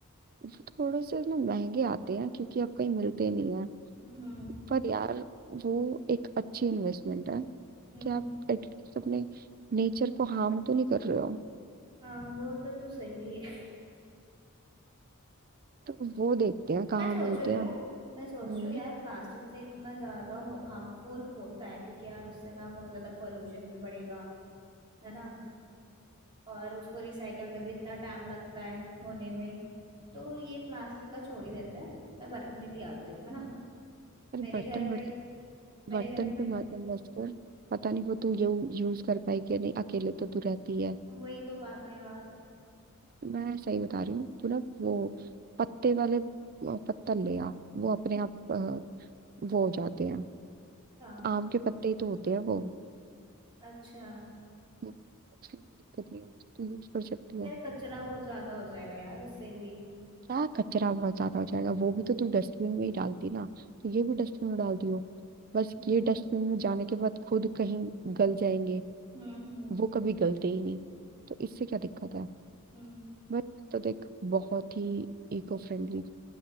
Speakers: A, on the right; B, on the right.
A: वो थोड़े से ना महंगे आते हैं क्योंकि अब कहीं मिलते नहीं है
B: हम्म हम्म
A: पर यार वो एक अच्छी इन्वेस्टमेंट है
B: हम्म
A: कि आप एटलीस्ट अपने नेचर को हार्म तो नहीं कर रहे हो
B: हाँ वो तो तू सही रही है
A: तो वो देखते हैं कहाँ
B: मैं सोच
A: मिलते
B: रही
A: हैं
B: हूँ
A: हम्म,
B: मैं सोच रही हूँ यार प्लास्टिक से इतना ज्यादा हो, हार्मफुल होता है क्योंकि यार उससे ना बहुत ज्यादा पोल्यूशन भी बढ़ेगा है ना और उसको रिसाइकल में भी इतना टाइम लगता है होने में तो ये प्लास्टिक का छोड़ ही देते हैं मैं बर्तन ही ले आती हूँ है ना
A: पर
B: मेरे
A: बर्तन
B: घर
A: बर्तन
B: पे मेरे
A: बर्तन
B: घर में
A: पे मत इन्वेस्ट कर पता नहीं वो तू यू, यूज कर पाई कि नहीं अकेले तो तू रहती है
B: वही तो बात है यार
A: मैं सही बता रही हूँ तू ना वो पत्ते वाले अ, पत्तल ले आ वो अपने आप अ, वो हो जाते हैं
B: क्या
A: आम के पत्ते ही तो होते हैं वो
B: अच्छा
A: वो- उसमें कोई दिक्कत नहीं है मुझे तू यूज कर सकती है
B: मेरा कचरा बहुत ज्यादा हो जाएगा यार उससे भी
A: क्या कचरा बहुत ज्यादा हो जाएगा वो भी तो तू डस्टबिन में ही डालती ना तो ये भी डस्टबिन में डालती हो बस
B: हम्म
A: ये डस्टबिन में जाने के बाद खुद कहीं गल जाएंगे
B: हम्म हम्म
A: वो कभी गलते ही नहीं तो इससे क्या दिक्कत है
B: हम्म
A: बट तो देख बहुत ही इको फ्रेंडली